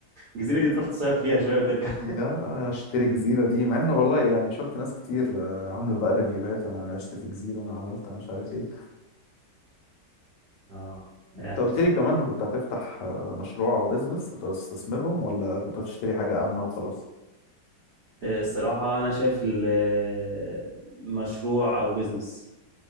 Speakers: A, on the right; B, on the left.
A: الجزيره دي تروح تصيف فيها شويه وترجع
B: لا اشتري جزيرة دي مع انه والله يعني شفت ناس كتير آه، عاملة بقى ريفيوهات انا عشت في جزيرة انا عملت أنا مش عارف ايه
A: اه آه.
B: انت قلت لي كمان إنك كنت هتفتح آه، مشروع او بيزنس كنت هتستثمرهم ولا كنت هتشتري حاجة آمنة وخلاص
A: آه، الصراحه انا شايف ال- مشروع او بيزنس